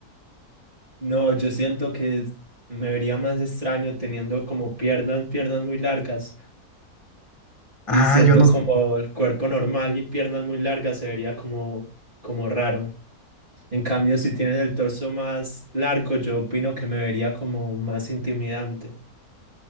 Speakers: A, on the right; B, on the left.
A: No, yo siento que me vería más extraño teniendo como piernas, piernas muy largas y
B: Ah,
A: siendo
B: yo no.
A: como el cuerpo normal y piernas muy largas se vería como, como raro. En cambio, si tienes el torso más largo, yo opino que me vería como más intimidante.